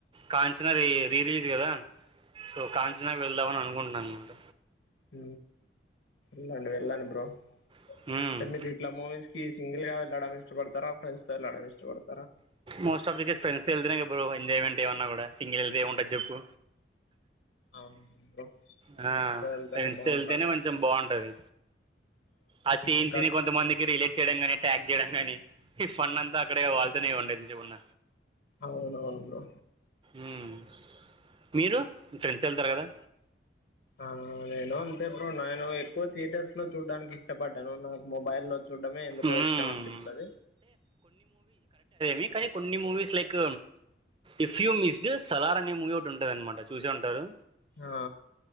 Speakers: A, on the right; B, on the left.
A: కాంచనా రి రిలీజ్ కదా సో కాంచనాకు వెళ్దామని అనుకుంటున్నా అనమాట
B: హ ఇలాంవి ఎలానిబ్ట్లా
A: అనమాట
B: మ ఈ సింగిల్ గా వెళ్డడం ఇష్టపడతారా ఫ్రెడ్స్ తో వెళ్ళడం ఇష్టపడతారు
A: మోస్ట్ ఆఫ్ దిస్ ఫ్రెండ్స్ వెళ్తేనే ఎ ఎంజాయ్మెంట్ ఏమన్నా కూడా సింగిల్ వెళ్తే ఏ ఉంటుంది చెప్పు
B: అవునవును బ్రో
A: ఆ
B: ఫ్రెండ్స్ తో వెళ్తేనే
A: ఫ్రెండ్స్
B: బాగుంటది
A: తో వెళ్తేనే కొంచెం బాగుంటది ఆ సీన్స్
B: ఇంకా
A: ని కొంతమందికి రిలేట్ చేయడం గాని ట్యాగ్ చేయడం నీ ఈ ఫండ్ అంతా అక్కడ వాళ్ళతనేవండిదించకున్న
B: అవును అవును బ్రో
A: ఉమ్ మీరు మీ ఫ్రెండ్స్ వెళ్తారు కదా
B: ఆ నేను అంతే బ్రో నేను ఎక్కువ థియేటర్స్ లో చూడ్డానికి ఇష్టపడ్డాను నాకు మొబైల్ లో చూడ్డమే ఎందుకో
A: మ్మ్.
B: ఇష్టం అనిపిస్తది
A: మీ కానీ కొన్ని movies like if you missed Salaar అనే మూవీ ఒకటి ఉంటంది అనమాట చూసే ఉంటరు
B: ఆ...